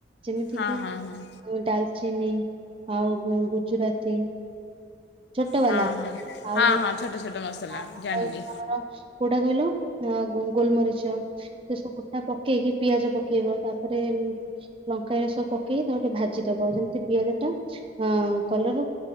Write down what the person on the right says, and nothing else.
ଯେମିତି
କିି
ଡାଲଚିନି ଆଉ ଗୁଜୁରାତି ଛୋଟ ବାଲା
ଆଉ
ଯୋଉ
ଆମର <unintelligible>
କୋଉଟା କହିଲ ହଁ ଗୋ -ଗୋଲମରିଚ ସେ ସବୁ ଗୁଟା ପକେଇକି ପିଆଜ ପକେଇବ ତାପରେ ଲଙ୍କା ଏସ ପକେଇ ତାକୁ ଟିକେ ଭାଜିଦବ ଯେମିତି ଯେମିତି ପିଆଜ ଟା ଅ କଲର